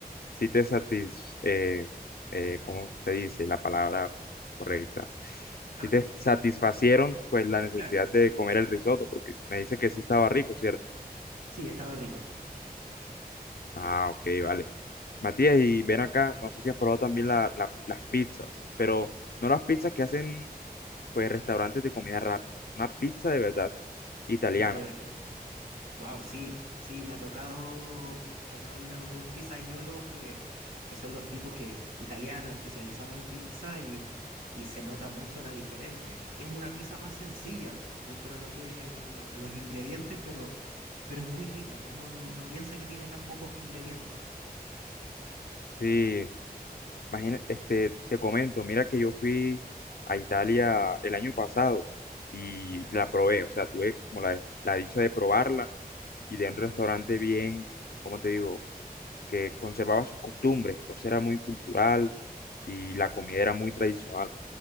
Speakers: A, on the left; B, on the right.
A: sí te satis, eh, eh, ¿cómo se dice la palabra correcta?
B: Ah,
A: Si te
B: sí, sí,
A: satisfacieron,
B: sí, sí, sí.
A: pues la necesidad
B: Claro,
A: de comer el risotto, porque me dice que sí estaba rico, ¿cierto?
B: sí, estaba rico.
A: Ah, ok, vale. Matías,
B: Sí.
A: y ven acá, no sé si has probado también la- la- las pizzas, pero no las pizzas que hacen pues restaurantes de comida rápida, una pizza de verdad italiana.
B: Una de verdad. Wow, sí, sí, me ha tocado, me ha tocado ir a donde un pizzaiolo que, que son los tipos que, italianos, especializados en pizza, y, y se nota mucho la diferencia. Es una pizza más sencilla dentro de lo que es el- lo- los ingredientes, pero, pero es muy rica. Uno no piensa que tiene tan pocos ingredientes.
A: Sí, imagina, este, te comento, mira que yo fui a Italia el año pasado y
B: Ya.
A: la probé, o sea, tuve como la, la dicha de probarla y de un restaurante bien, ¿cómo te digo? que conservaba sus costumbres, entonces era muy cultural y la comida era muy tradicional.